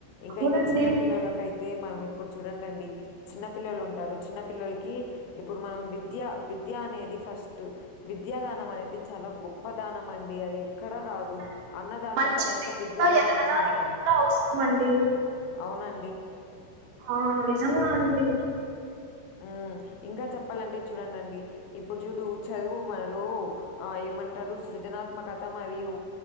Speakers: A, on the left (about 85°); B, on the right (about 70°).
A: ఇంకా
B: అవునండి
A: ఇంకా చిన్న పిల్లలకైతే అయితే మనం ఇప్పుడు చూడండండి చిన్న పిల్లలు ఉంటారు చిన్న పిల్లలకి ఇప్పుడు మనం విద్య విద్య అనేది ఫస్ట్ విద్యా దానం అనేది చాలా గొప్ప దానం అండి అది ఎక్కడ రాదు
B: అవునండి
A: అన్నది దానం
B: మంచి
A: తర్వాత
B: వ్యక్తిగా
A: విద్యా దానమే
B: ఎదగడానికి
A: అంటరంట
B: కూడా అవసరం అండి
A: అవునండి
B: ఆ నిజంగా అండి
A: ఉ ఇంకా చెప్పాలంటే చూడండండి ఇప్పుడు చుడు చదువు మనలో ఆ ఏమంటారు సృజనాత్మకత మరియు